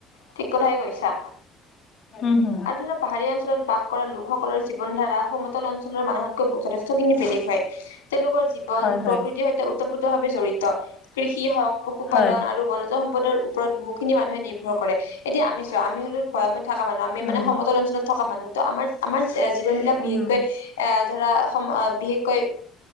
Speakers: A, on the left; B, on the left.
A: ঠিক কথাই কৈছা।
B: হু, হু।
A: আৰু পাহাৰীয়া অঞ্চলত বাস কৰা লোকসকলৰ জীৱন ধাৰা, সমতল অঞ্চলৰ মানুহ যথেষ্টখিনি বেলেগ হয়, তেওঁলোকৰ জীৱন
B: হয় হয়
A: প্ৰকৃতিৰ সৈতে ওতপ্ৰোত ভাৱে জড়িত। কৃষি হওক, পশুপালন
B: হয়
A: আৰু বন সম্পৰ ওৰত বহুখিনি মানুহে নিৰ্ভৰ কৰে, এতিয়া আমি চোৱা আমি হ'লো ভৈয়ামত থকা মানুহ আমি
B: উম
A: মানে সমতল অঞ্চলত থকা মানুহ ত' আমাৰ আমাৰ জীৱনবিলাক
B: উম
A: বিশেষকৈ
B: হুম
A: এ, ধৰা সম বিশেষকৈ